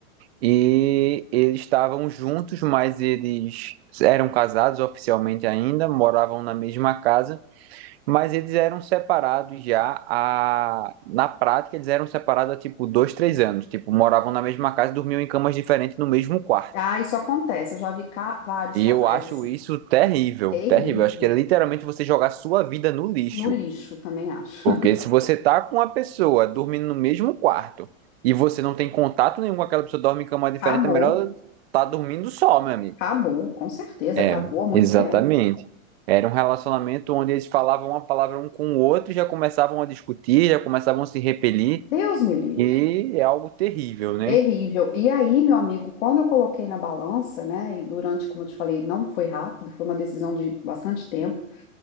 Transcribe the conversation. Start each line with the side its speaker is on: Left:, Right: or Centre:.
Right: E eles estavam juntos, mas eles eram casados oficialmente ainda, moravam na mesma casa. Mas eles eram separados já a... na prática, eles eram separados há tipo dois, três anos. Tipo, moravam na mesma casa e dormiam em camas diferentes no mesmo quarto.
Left: Ah, isso acontece. Eu já vi ca- vários
Right: E
Left: casais
Right: eu acho
Left: assim.
Right: isso terrível,
Left: Terrível.
Right: terrível. Acho que é literalmente você jogar sua vida no lixo.
Left: No lixo, também acho.
Right: Porque
Left: <laughs>
Right: se você tá com uma pessoa dormindo no mesmo quarto e você não tem contato nenhum com aquela pessoa, dorme em cama diferente,
Left: Acabou,
Right: é melhor tá dormindo só, meu amigo.
Left: acabou, com certeza,
Right: É,
Left: acabou há muito
Right: exatamente.
Left: tempo.
Right: Era um relacionamento onde eles falavam uma palavra um com o outro, e já começavam a discutir, já começavam a se repelir,
Left: Deus me livre.
Right: e é algo terrível, né?
Left: Terrível. E aí, meu amigo, quando eu coloquei na balança, né, e durante, como eu te falei, não foi rápido, foi uma decisão de bastante tempo,